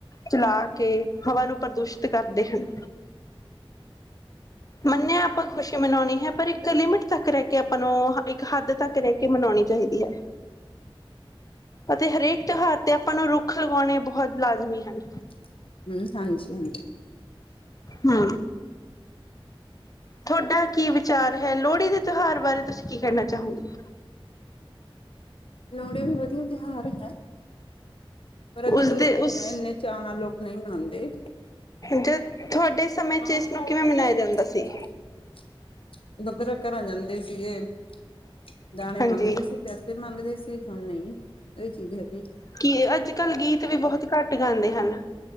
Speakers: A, on the left; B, on the left.
A: ਚਲਾ ਕੇ ਹਵਾ ਨੂੰ ਪ੍ਰਦੂਸ਼ ਕਰਦੇ ਹਨ। ਮੰਨਿਆ ਆਪਾਂ ਖੁਸ਼ੀ ਮਨਾਉਣੀ ਹੈ ਪਰ ਇੱਕ ਇੱਕ ਲਿਮਿਟ ਤੱਕ ਰਹਿ ਕੇ ਆਪਾਂ ਨੂੰ, ਇੱਕ ਹੱਦ ਤੱਕ ਰਹਿ ਕੇ ਮਨਾਉਣੀ ਚਾਹੀਦੀ ਹੈ। ਅਤੇ ਹਰੇਕ ਤਿਉਹਾਰ ਤੇ ਆਪਾਂ ਨੂੰ ਰੁੱਖ ਲਗਾਉਣੇ ਬਹੁਤ
B: <inaudible>
A: ਲਾਜ਼ਮੀ ਹਨ ਹਮ। ਤੁਹਾਡਾ ਕੀ ਵਿਚਾਰ ਹੈ। ਲੋਹੜੀ ਦੇ ਤਿਉਹਾਰ ਬਾਰੇ ਤੁਸੀਂ ਕੀ ਕਹਿਨਾ ਚਾਹੋਗੇ।
B: ਲੋਹੜੀ ਵੀ ਵਧੀਆ ਤਿਉਹਾਰ ਹੈ। ਪਰ ਅੱਜ-ਕੱਲ੍ਹ
A: ਉਸਦੇ ਉਸ
B: ਇੰਨੇ ਚਾਅ ਨਾਲ ਲੋਕ ਨਹੀਂ ਮਨਾਉਂਦੇ
A: ਜ
B: <unintelligible>
A: ਤੁਹਾਡੇ ਸਮੇਂ ਚ ਇਸਨੂੰ ਕਿਵੇਂ ਮਨਾਇਆ ਜਾਂਦਾ ਸੀ
B: <unintelligible>
A: ਹਾਂਜੀ ਕੀ ਅੱਜ-ਕੱਲ੍ਹ ਗੀਤ ਵੀ ਬਹੁਤ ਘੱਟ ਗਾਉਂਦੇ ਹਨ।